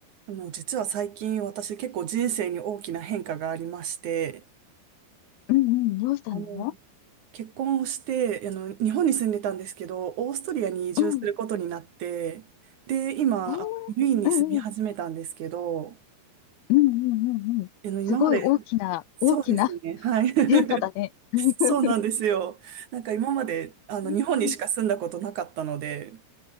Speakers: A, on the right (about 55°); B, on the left (about 80°).
A: あの、実は最近私結構人生に大きな変化がありまして、
B: うんうん、どうしたの
A: あの、結婚をして、あの、日本に住んでたんですけど、オーストリアに移住することになって、
B: うん。
A: で、今、
B: えー、
A: あのウィーンに住み始めたんですけど、
B: うんうん、うんうんうんうん。
A: あの、
B: すごい大きな、
A: 今まで、そうですね、
B: 大きな <laughs>
A: はい。<laughs>
B: 変化だね。<laughs>
A: そうなんですよ。なんか今まで、あの、
B: うん。
A: 日本にしか住んだことなかったので、